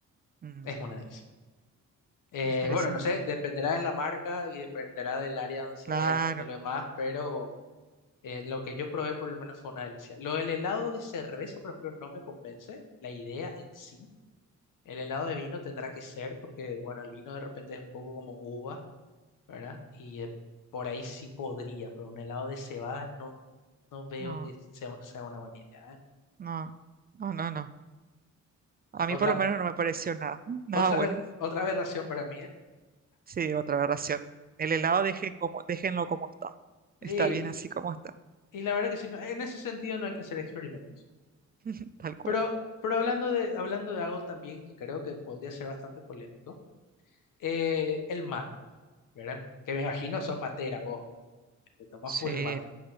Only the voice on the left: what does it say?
Es una delicia. Eh,
bueno, no sé, dependerá de la marca y dependerá del área donde se
venda y todo lo demás, pero eh, lo que yo probé por lo menos fue una delicia. Lo del helado de cerveza, por ejemplo, no me convence la idea en sí El helado de vino tendrá que ser porque, bueno, el vino de repente es un poco como uva, ¿verdad? Y eh, por ahí sí podría, pero un helado de cebada no, no veo
que sea, sea una buena idea, ¿eh?
Otra,
otra,
aber- otra aberración para mí, ¿eh?
Y,
y la verdad que sí, no- en ese sentido no hay que hacer experimentos.
Pero, pero hablando de, hablando de algo también que creo que podría ser bastante polémico, eh, el mate, ¿verdad? Que me imagino sos
matera vos, te tomás full
el mate,